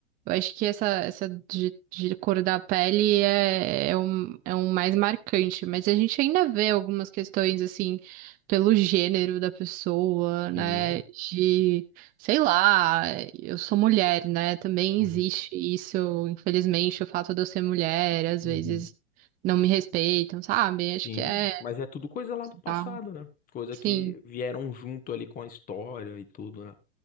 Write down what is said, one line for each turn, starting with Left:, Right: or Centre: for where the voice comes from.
Right: Eu acho que essa, essa de, de cor da pele é, é, um, é um mais marcante, mas a gente ainda vê algumas questões assim pelo gênero da pessoa, né?
Left: Sim,
Right: De, sei lá, eu sou mulher, né? Também
Left: uhum,
Right: existe isso, infelizmente, o fato de eu ser mulher, às
Left: uhum,
Right: vezes não me respeitam, sabe? Acho
Left: sim,
Right: que é,
Left: mas é tudo coisa lá do passado,
Right: tá,
Left: né? Coisa
Right: sim.
Left: que vieram junto ali com a história e tudo, né?